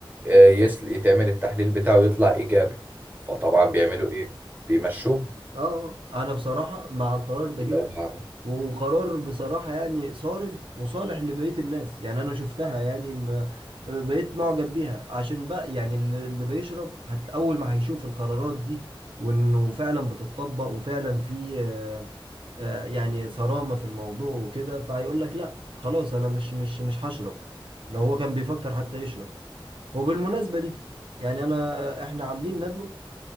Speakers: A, on the right (about 20°); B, on the right (about 70°).
A: آه، يس- يتعمل التحليل بتاعه يطلع ايجابي فطبعا بيعملوا ايه بيمشوه
B: اه انا بصراحة مع القرار ده
A: اللي
B: جدا
A: هو
B: وقرار بصراحة يعني صارم وصالح لبقية الناس يعني انا شفتها يعني م- بقيت معجب بيها عشان بقى يعني اللي اللي بيشرب هت اول ما هيشوف القرارات دي وانه فعلا بتطبق وفعلا في آه، آه، يعني صرامة في الموضوع وكده فهيقول لك لا خلاص انا مش مش مش هشرب لو هو كان بيفكر حتى يشرب وبالمناسبة دي يعني انا آه، احنا عاملين ندوة